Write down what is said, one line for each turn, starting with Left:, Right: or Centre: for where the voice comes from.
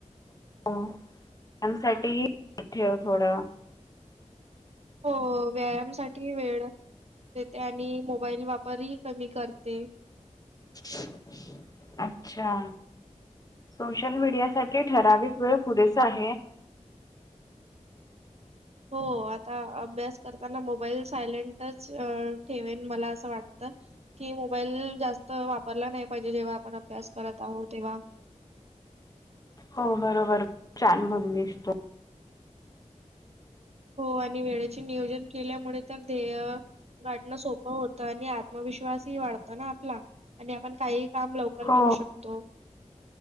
Left: हो त्यांसाठीही ठेव थोडं
Right: हो व्यायामसाठी वेळ देते आणि मोबाईल वापरही कमी करते.
Left: इनौडीबल अच्छा सोशल मीडिया साठी ठराविक वेळ पुरेसा आहे.
Right: हो आता अभ्यास करताना मोबाईल सायलेंटच ठेवेन मला असं वाटतं कि मोबाईल जास्त वापरला नाही पाहिजे जेव्हा आपण अभ्यास करत आहो तेव्हा.
Left: हो बरोबर छान बोललीस तु.
Right: हो आणि वेळेचे नियोजन केल्यामुळे तर ध्येय वाटणं सोपं होतं आणि आत्मविश्वासही वाढत ना आपला आणि आपण काही काम लवकर
Left: हो
Right: करू शकतो